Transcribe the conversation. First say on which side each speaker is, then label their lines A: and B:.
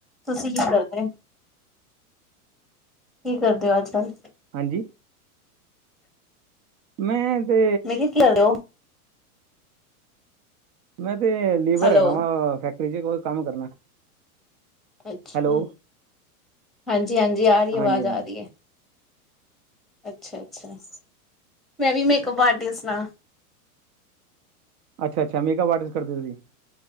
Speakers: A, in the centre; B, on the right.
A: ਤੁਸੀਂ ਕੀ ਕਰਦੇ ਕੀ ਕਰਦੇ ਹੋ ਅੱਜ ਕੱਲ
B: ਹਾਂਜੀ ਮੈਂ ਤੇ
A: ਮੈਂ ਕਿਹਾ ਕਰਦੇ ਹੋ <unintelligible>
B: ਮੈਂ ਤੇ ਲੇਬਰ
A: ਹੈਲੋ
B: ਹੈਗਾ ਵਾ ਫੈਕਟਰੀ ਚ ਕੋਈ ਕੰਮ ਕਰਨਾ
A: ਅੱਛਾ
B: ਹੈਲੋ
A: ਹਾਂਜੀ ਹਾਂਜੀ ਆ ਰਹੀ
B: ਹਾਂਜੀ
A: ਆਵਾਜ਼
B: ਹਾਂਜੀ
A: ਆ ਰਹੀ ਐ ਅੱਛਾ ਅੱਛਾ ਮੈਂ ਵੀ ਮੇਕਅਪ ਆਰਟਿਸਟ ਆਂ
B: ਅੱਛਾ ਅੱਛਾ ਮੇਕਅਪ ਆਰਟਿਸਟ ਕਰਦੇ ਓ ਸ <unintelligible>